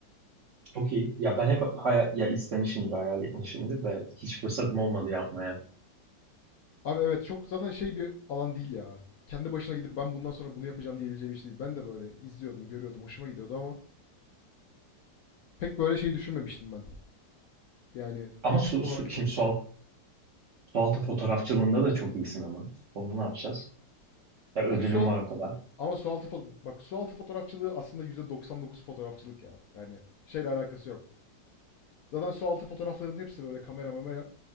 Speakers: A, on the right; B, on the left.
A: Çok iyi. Ya ben hep hayal, ya istemişimdir, hayal etmişimdir de hiç fırsatım olmadı yapmaya.
B: Abi evet çok zaten şey bir alan değil ya. Kendi başına gidip ben bundan sonra bunu yapacağım diyebileceğim iş değil. Ben de böyle izliyordum, görüyordum, hoşuma gidiyordu ama pek böyle şey düşünmemiştim ben. Yani
A: Ama
B: aktif
A: su,
B: olarak
A: su,
B: yapabileceğim.
A: şimdi su, alt- su altı fotoğrafçılığında da çok iyisin ama. Onu ne yapacağız? Ya ödülüm
B: Abi su altı
A: var o kadar.
B: ama su altı fo- bak su altı fotoğrafçılığı aslında %99 fotoğrafçılık ya. Yani şeyle alakası yok. Zaten su altı fotoğrafların hepsi böyle kamera mamera.